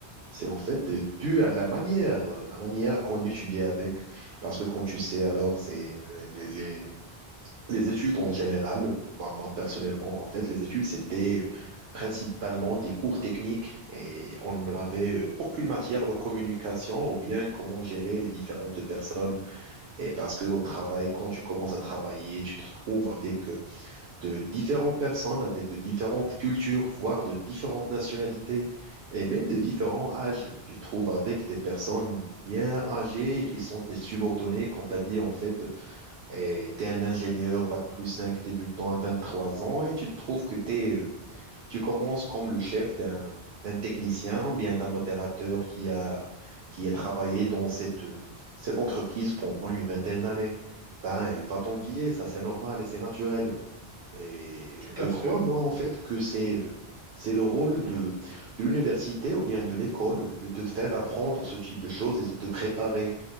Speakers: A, on the right (about 75°); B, on the right (about 20°).
A: c'est en fait euh, dû à la manière, euh, la manière qu'on étudie avec. Parce que, comme tu sais, alors, c'est les, les- les études en général, enfin, moi personnellement, en fait, les études, c'était principalement des cours techniques et on n'avait euh, aucune matière de communication ou bien comment gérer les différentes personnes. Et parce que au travail, quand tu commences à travailler, tu te trouves avec euh, de différentes personnes, avec de différentes cultures, voire de différentes nationalités et même de différents âges. Tu te trouves avec des personnes bien âgées et qui sont tes subordonnés, comme tu as dit, en fait et tu es un ingénieur bac plus 5 débutant à 23 ans et tu te trouves que t'es, euh, tu commences comme le chef d'un d'un technicien ou bien d'un opérateur qui a, qui a travaillé dans cette, euh, cette entreprise pendant une vingtaine d'années. Ben, elle va t'envier, ça c'est normal et c'est naturel. Et
B: Tout
A: je
B: à fait.
A: crois, moi, en fait, que c'est euh, c'est le rôle de, de l'université ou bien de l'école de te faire apprendre ce type de choses et de te préparer